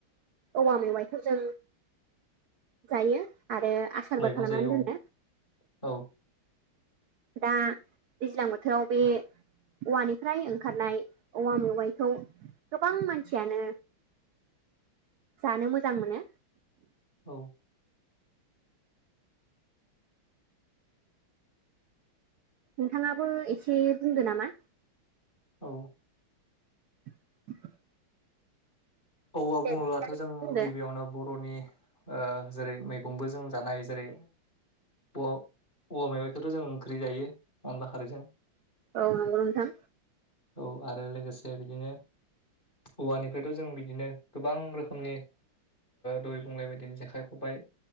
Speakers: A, on the right; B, on the left.
A: औवा मेवाइखौ जों जायो आरो आसारबो
B: मैगं
A: खालामनानै
B: जायो
A: दोनो
B: औ
A: दा दैज्लां बोथोराव बे औवानिफ्राय ओंखारनाय औवा मेवाइखौ गोबां मानसियानो जानो मोजां मोनो
B: औ
A: नोंथाङाबो एसे बुंदो नामा
B: औ
A: <inaudible>
B: औ आ
A: दे
B: बुङोब्लाथ'
A: बिदिब्ला
B: जों
A: नोंथां बुंदो
B: गिबियावनो बर'नि ओ जेरै मैगंबो जों जानाय जेरै औ औवा मैबाइखौथ' जों ओंख्रि जायो अनला खारैजों
A: औ नंगौ नोंथां
B: औ आरो लोगोसे बिदिनो औवानिफ्रायथ' जों बि बिदिनो गोबां रोखोमनि दय बुलांनाय बायदिनो जेखाइ खबाय